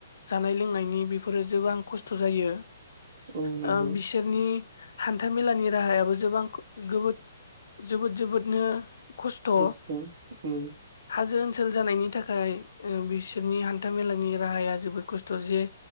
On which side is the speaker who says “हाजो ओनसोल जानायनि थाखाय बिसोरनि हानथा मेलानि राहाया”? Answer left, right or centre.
Left